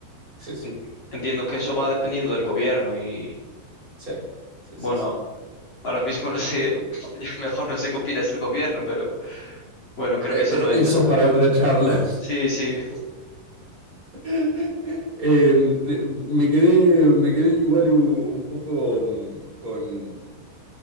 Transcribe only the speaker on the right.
Sí, sí,
sí, sí,
sí, sí.
Eh,
eh,
Eso para otra charla.
<laughs> Eh, me quedé, me quedé igual u- un poco mm, con,